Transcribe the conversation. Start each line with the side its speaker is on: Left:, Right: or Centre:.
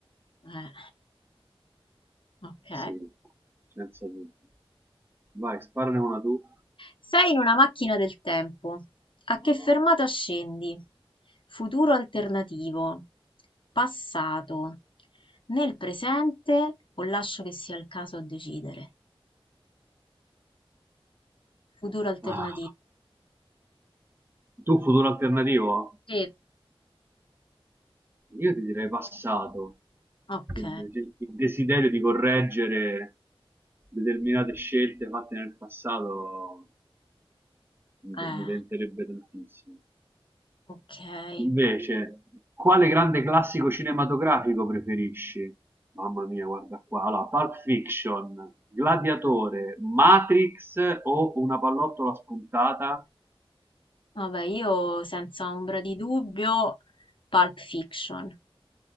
Left: Eh, ok.
Right: sì, senza dubbio. Vai, sparane una tu.
Left: Sei in una macchina del tempo. A che
Right: Madonna.
Left: fermata scendi? Futuro alternativo. Passato. Nel presente o lascio che sia il caso a decidere? Futuro alternativo.
Right: Ah, tu futuro alternativo?
Left: Sì.
Right: Io ti direi passato.
Left: Ok.
Right: Perché Il, de- il desiderio di correggere determinate scelte fatte nel passato mi, te-
Left: Eh,
Right: mi tenterebbe tantissimo.
Left: ok.
Right: Invece, quale grande classico cinematografico preferisci? Mamma mia, guarda qua. Allora, Pulp Fiction, Gladiatore, Matrix o una pallottola spuntata?
Left: Vabbè, io senza ombra di dubbio, Pulp Fiction.